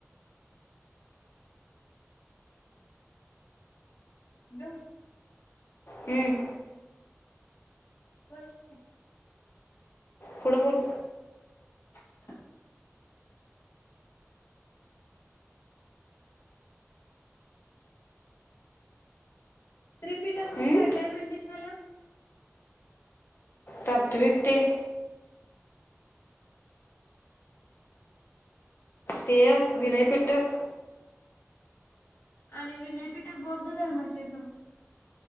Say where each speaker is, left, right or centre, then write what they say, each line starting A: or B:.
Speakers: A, on the left (about 75°); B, on the left (about 50°).
A: हॅलो
B: हम्म
A: बोल की?
B: पुढ बोल
A: <inaudible> त्रिपीठक मध्ये
B: हम्म.
A: काय काय म्हटलीस मला.
B: तत्विकते तेयाक विनयपीटक
A: आणि विनयपीठक बौद्ध धर्माशी संबंध